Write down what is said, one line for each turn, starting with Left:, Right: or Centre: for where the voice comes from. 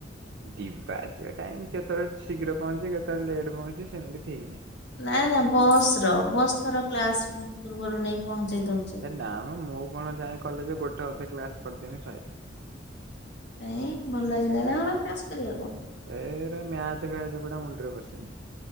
Right: ଯିବା ଆସିବା ଟାଇମ କେତେବେଳେ ଶୀଘ୍ର ପହଞ୍ଚେ କେତେବେଳେ ଲେଟ୍ ପହଞ୍ଚେ ସେମିତି ଠିକ ନାହିଁ।
Left: ନା ନା ବସ ର ବସ୍ ଥର କ୍ଲାସ ପୂର୍ବରୁ ନେଇ ପହଞ୍ଚେଇ ଦଉ
Right: ଏ ନା ମ ମୁଁ କଣ ଯାଏ କଲେଜ ଗୋଟେ ଅଧେ କ୍ଲାସ କରିଦେମି ସଇଲା।
Left: କାଇଁ ଭଲ ଲାଗେ ନେଇ ନା କଣ କ୍ଲାସ୍ କରିବାକୁ?
Right: ଏରା ମ୍ୟାଥ୍ ଫ୍ୟାଥ ଗୁଡା ମୁଣ୍ଡରେ ପଶେନି।